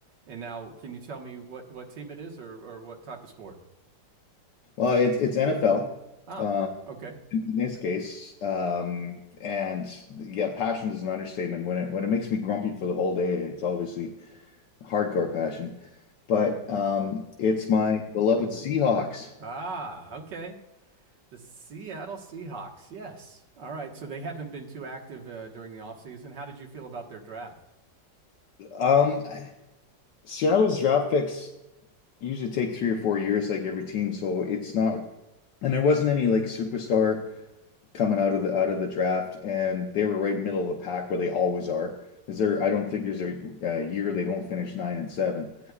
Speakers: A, on the right; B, on the left.
A: and now can you tell me what what team it is or or what type of sport?
B: Well, it's it's NFL,
A: Ah,
B: uh,
A: okay.
B: in, in this case. Um, and yeah, passion is an understatement. When it when it makes me grumpy for the whole day, it's obviously hardcore passion. But um, it's my beloved Seahawks.
A: Ah, okay. The Seattle Seahawks. Yes. All right. So they haven't been too active uh, during the offseason. How did you feel about their draft?
B: Um, Seattle's draft picks usually take three or four years, like every team. So it's not, and there wasn't any like superstar coming out of the out of the draft, and they were right middle of the pack where they always are. Is there? I don't think there's a, a year they don't finish nine and seven.